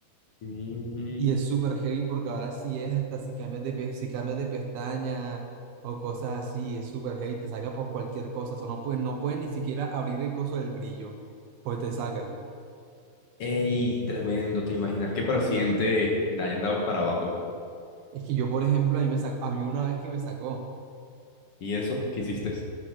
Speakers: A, on the left; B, on the right.
A: Mm.
B: Y es súper heavy porque ahora sí es hasta si cambias de, pe- si cambias de pestaña o cosas así, es súper heavy, te saca por cualquier cosa. O sea, no puedes, no puedes ni siquiera abrir el coso del brillo, pues te saca.
A: Ey, tremendo. ¿Te imaginas que para el siguiente te hayan dado para abajo?
B: Es que yo, por ejemplo, a mí, me sacó, a mí una vez que me sacó,
A: ¿Y eso? ¿Qué hiciste?